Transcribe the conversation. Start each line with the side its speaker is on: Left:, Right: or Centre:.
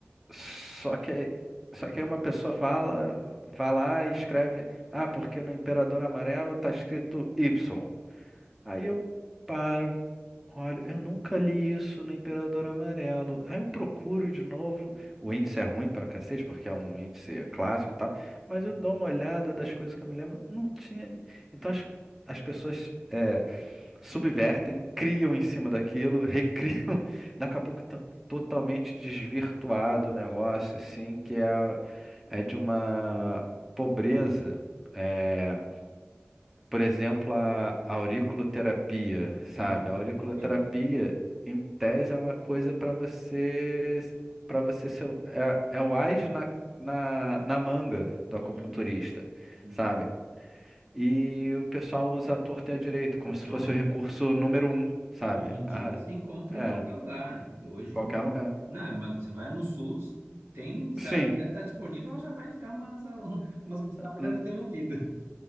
Centre: Só que, só que aí uma pessoa fala, vai lá e escreve, ah, porque no imperador amarelo tá escrito Y. Aí eu paro. Olha, eu nunca li isso no Imperador Amarelo. Aí eu procuro de novo. O índice é ruim pra cacete, porque é um índice clássico e tal. Mas
Right: hum.
Centre: eu dou uma olhada das coisas que eu me lembro. Não tinha. Então as, as pessoas é, subvertem, criam
Right: Nossa.
Centre: em cima daquilo, <laughs> recriam. Daqui a pouco tá totalmente desvirtuado o negócio, assim, que é, é de uma pobreza. é, por exemplo, a auriculoterapia, sabe?
Right: Uhum,
Centre: A auriculoterapia,
Right: sim.
Centre: em tese, é uma coisa para você, para você ser, o- é, é o ás na, na, na manga do acupunturista,
Right: Uhum, uhum.
Centre: sabe? E o pessoal usa a torta e a direita, como se
Right: Nossa.
Centre: fosse o recurso número um, sabe?
Right: Hoje em dia
Centre: Ah,
Right: se encontra
Centre: é,
Right: em qualquer lugar. Hoje,
Centre: qualquer lugar.
Right: não, mas você vai no SUS, tem, se
Centre: Sim,
Right: a mulher está disponível, ela já vai enfiar umas, a- <laughs> umas mostarda
Centre: n-
Right: no teu ouvido.